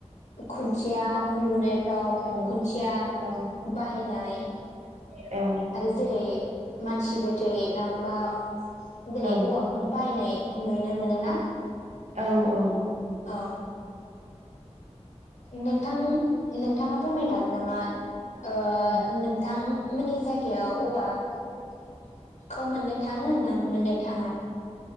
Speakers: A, on the left; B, on the right.
A: खुन्थिया न' लुनाय फ्राव
B: औ
A: खुन्थिया
B: औ
A: बाहायनाय
B: औ
A: आरो जेरै मानसि गोथै लाङोबा जेरै
B: औ
A: औवाखौनो बाहायनाय नुनो मोनोना।
B: औ औ
A: औ नोंथां नोंथाङा फोरमायनो हागोन नामा ओ
B: औ
A: नोंथां मोननि जायगायाव औवाखौ मोननो थाङो ना मोननो थाङा?